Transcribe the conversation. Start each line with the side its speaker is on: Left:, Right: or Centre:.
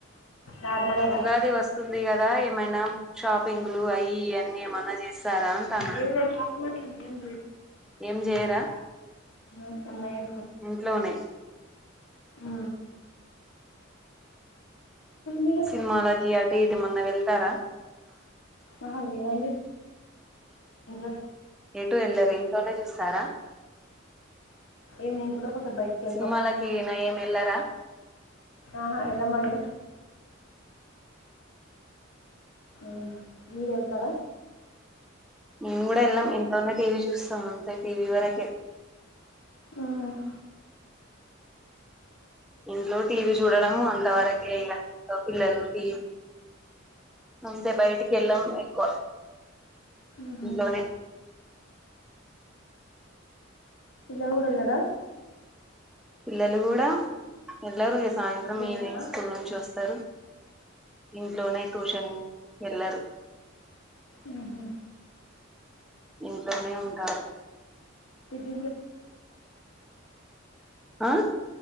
Left: నార్మల్గా
Centre: ఉగాది వస్తుంది కదా ఏమైనా షాపింగ్. అయి అన్నీ ఏమన్న చేస్తారా అంటాన
Left: లేదు లేదు నార్మలే అండి ఏం
Centre: ఏం చేయరా.
Left: ఉమ్ ఉన్నాయే
Centre: ఇంట్లోనే
Left: ఆ మీరు
Centre: సినిమాలకి అటు ఇ ఏమన్న వెళ్తారా.
Left: ఆహా లేదండి ఆహ
Centre: ఎటు వెళ్ళరు ఇంట్లోనే చూస్తారా.
Left: ఈవినింగ్ పూట కొంచెం బయటికి వెళ్తాం
Centre: సినిమాలకి నా ఏం వెళ్లారా.
Left: ఆహా ఎల్లమండి. ఉమ్ మీరు వెళ్తారా.
Centre: మేము కూడా వెళ్ళం ఇంటలోనే టీవీ చూస్తాం. అంతే టీవీ వరకే.
Left: మ్!
Centre: ఇంట్లో టీవీ చూడడం అంత వరకే ఇగ. పిల్లలకి అంతే బయటికి వెళ్ళం ఎక్కువ.
Left: ఉహు!
Centre: ఇంట్లోనే
Left: పిల్లలు కూడా వెళ్లారా?
Centre: పిల్లలు కూడా వెళ్లారు. ఇక సాయంత్రం
Left: వెళ్ళారా
Centre: ఈవినింగ్ స్కూల్ నుంచి వస్తారు. ఇంట్లోనే ట్యూషన్. వెళ్లరు.
Left: ఉ హు.
Centre: ఇంట్లోనే ఉంటారు.
Left: ఇది
Centre: ఆ